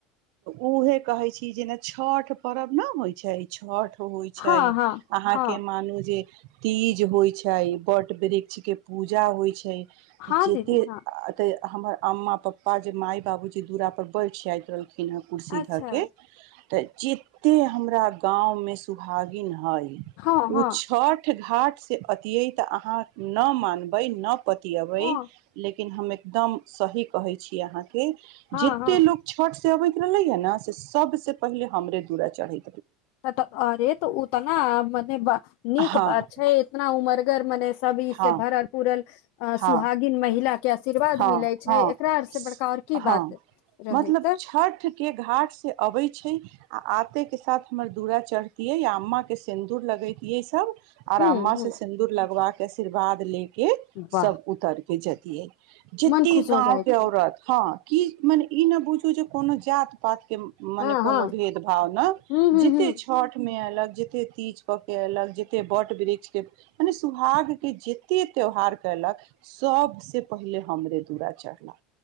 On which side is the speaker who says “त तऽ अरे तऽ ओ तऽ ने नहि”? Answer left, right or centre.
Left